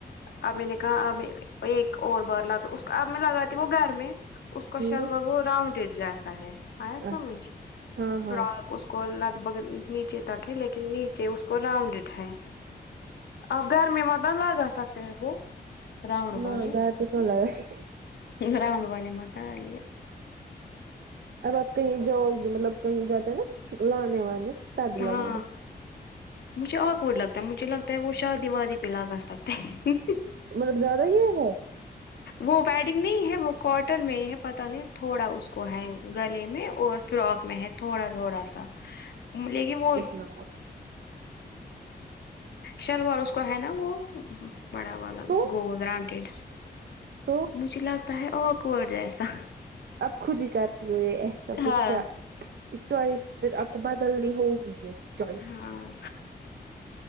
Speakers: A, on the left (about 80°); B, on the right (about 75°).
A: اب میں نے کہا اب ایک اور بار لگا اب میں لگاتی وہ گھر میں اس کو
B: ہوں
A: شلوار وہ راؤنڈ جیسا ہے آیا سمجھ
B: اچھا ہاں ہاں
A: ف اس کو لگ بھگ نیچے تک ہے لیکن نیچے اس کو راؤنڈڈ ہے اب گھر میں مت لاگا سکتے ہیں وہ رؤنڈ
B: نہ
A: والے
B: گھر پہ کہاں لگا
A: رؤنڈ والے مت لے
B: اب آپ کہیں جاؤ گی مطلب کہیں جاتے ہیں نا لانے وانے تبھی لگانا
A: ہاں مجھے آکورڈ لگتا ہے مجھے لگتا ہے وہ شادی وادی پلاگا سکتا ہے
B: مطلب زیادہ ہی ہے وہ
A: وہ ویڈنگ نہیں ہے وہ کاٹن میں ہی ہے پتا نہیں تھوڑا اس کو ہے گلے میں اور فراک میں ہے تھوڑا تھوڑا سا لیکن وہ
B: نگ ہےے <unintelligible>
A: شلوار اس کو ہے نا وہ بڑا والا
B: تو
A: گول راڈڈ
B: تو
A: مجھے لگتا ہے آکورڈ جسا
B: آپ خود ہی کرتی ہو یہ ایسا پھر
A: ہاں
B: کیا چوائس پھر آپ کو بدلنی ہوگی یہ چوائس
A: ہاں